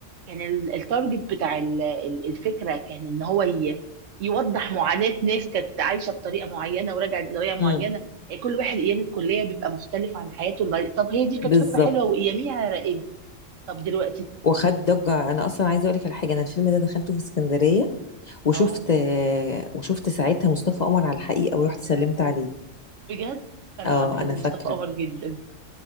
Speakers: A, on the right (about 75°); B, on the left (about 50°).
A: كان ال- التارجت بتاع ال- ال- الفكره كان ان هو ي- يوضح معاناه ناس كانت عايشه بطريقه معينه ورجعت بطريقه معينه
B: امم
A: كل واحد ايام الكليه بيبقى مختلف عن حياته الب- طب هي دي كانت
B: بالظبط
A: فكره حلوه واياميها رائجه طب دلوقتي
B: وخد ضجة أنا أصلا عايزة أقولك على حاجة أنا الفيلم ده دخلته في اسكندرية وشفت
A: اه
B: آه، وشفت ساعتها مصطفى قمر على الحقيقة ورحت سلمت عليه
A: بجد انا
B: اه
A: بحب
B: أنا
A: مصطفى
B: فاكرة
A: قمر جدا